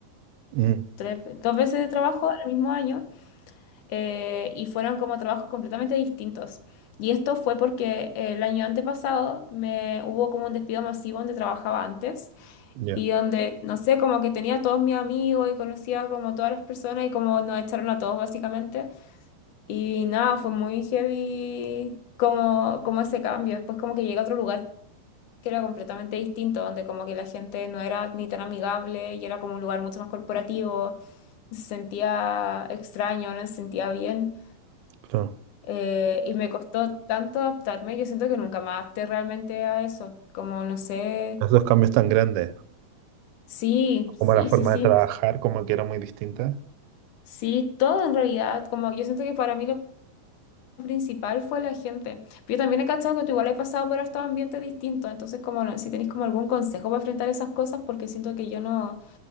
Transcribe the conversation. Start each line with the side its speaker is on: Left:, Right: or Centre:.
Right: mm,
Left: tres, dos veces de trabajo el mismo año. eh, y fueron como trabajos completamente distintos. Y esto fue porque el año antepasado me hubo como un despido masivo donde trabajaba antes
Right: ya,
Left: y donde, no sé, como que tenía a todos mis amigos y conocía como todas las personas y como nos echaron a todos básicamente. Y nada, fue muy heavy como, como ese cambio. Después como que llegué a otro lugar que era completamente distinto, donde como que la gente no era ni tan amigable y era como un lugar mucho más corporativo. Se sentía extraño, no se sentía bien.
Right: claro.
Left: Eh, y me costó tanto adaptarme, yo siento que nunca me adapté realmente a eso, como no sé,
Right: Los dos cambios tan grandes,
Left: sí, sí,
Right: como la forma
Left: sí, sí,
Right: de trabajar,
Left: no-
Right: como que era muy distinta.
Left: sí, todo en realidad, como yo siento que para mí lo principal fue la gente. Pero Yo también he cachado que tú igual has pasado por estos ambientes distintos, entonces como no- si tenés como algún consejo para enfrentar esas cosas, porque siento que yo no,